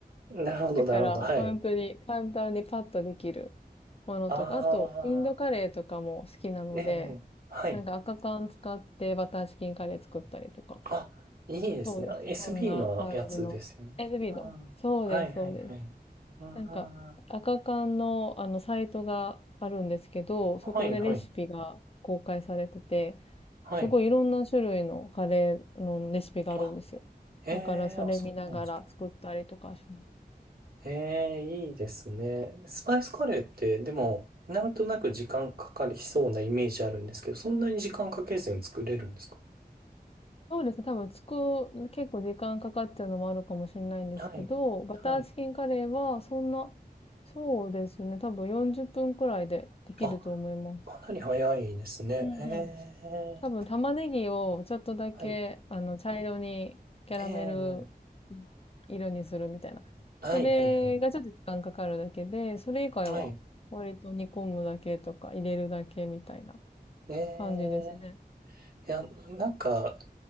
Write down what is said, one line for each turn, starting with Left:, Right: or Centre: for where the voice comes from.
Right: えなるほど、
Left: だから、
Right: なるほど、はい。
Left: 本当に簡単にパッとできるものとか、
Right: あ
Left: あと、インドカレーとかも好きなので、
Right: あ、ええ、ええはい。
Left: なんか赤缶使ってバターチキンカレー作ったりとか。
Right: あ、いいですね。
Left: そうです。
Right: あ SB
Left: そんな感じの。
Right: のやつですよね。
Left: SB
Right: うん。
Left: の。そうです、
Right: はいはいはい。
Left: そうです。
Right: うん。
Left: なんか、
Right: は
Left: 赤缶のあのサイトがあるんですけど、そこでレシピが公開されてて、
Right: いはい。はい。
Left: すごいいろんな種類のカレーのレシピがあるんですよ。
Right: あ、ええ、
Left: だからそれ見ながら作ったりとかします。
Right: あ、そうなんですか。ええ、いいですね。スパイスカレーって、でも、なんとなく時間かかりそうなイメージあるんですけど、そんなに時間かけずに作れるんですか
Left: そうですね、多分作る、結構時間かかっちゃうのもあるかもしれないんですけど、
Right: はい。
Left: バターチキンカレーはそんな、
Right: はい。
Left: そうですね、多分40分くらいでできると思います。
Right: あかなり早いですね。
Left: うんうん。
Right: え
Left: 多分玉ねぎをちょっとだけ、
Right: ー、はい。
Left: あの、茶色にキャラメルの色にするみたいな。
Right: えー、はい、
Left: それがちょっと時間かかるだけで、
Right: はい、はい。
Left: それ以外は割と煮込むだけとか入れるだけみたいな
Right: はい。えー、
Left: 感じですね。
Right: いや、なんか、